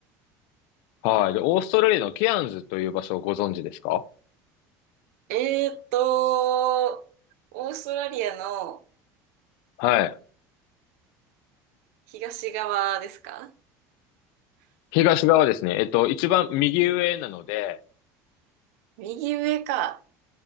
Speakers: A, on the left (about 70°); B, on the right (about 90°).
A: はい。で、オーストラリアのケアンズという場所をご存知ですか
B: えーっと、オーストラリアの
A: はい。
B: 東側ですか
A: 東側ですね。えっと、一番右上なので、
B: 右上か。